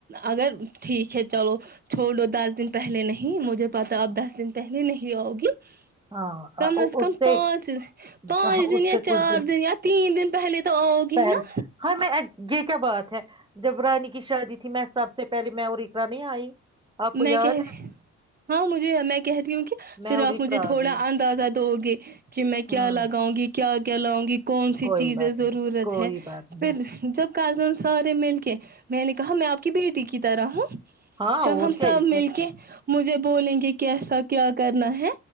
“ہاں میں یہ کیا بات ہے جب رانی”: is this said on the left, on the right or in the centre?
Right